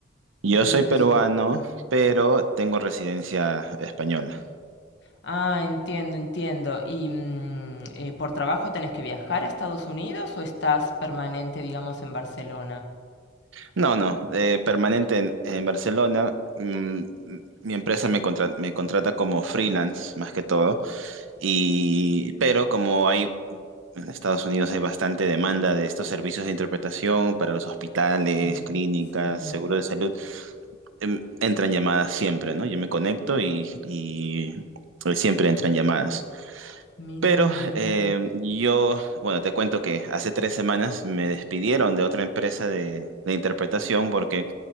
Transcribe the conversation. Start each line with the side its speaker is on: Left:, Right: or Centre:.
Right: Yo
Left: ¿De
Right: soy
Left: dónde
Right: peruano,
Left: sos?
Right: pero tengo residencia española.
Left: Ah, entiendo, entiendo. ¿Y mm, eh, por trabajo tenés que viajar a Estados Unidos o estás permanente, digamos, en Barcelona?
Right: No, no, eh, permanente en, en Barcelona. Mm, mi empresa me contra- me contrata como freelance, más que todo. Y, pero como hay en Estados Unidos hay bastante demanda de estos servicios de interpretación para los hospitales,
Left: Sí,
Right: clínicas,
Left: sí.
Right: seguro de salud, em, entran llamadas siempre, ¿no? Yo me conecto y, y, eh, siempre entran llamadas.
Left: Mira,
Right: Pero
Left: mira.
Right: eh, yo, bueno, te cuento que hace tres semanas me despidieron de otra empresa de, de interpretación porque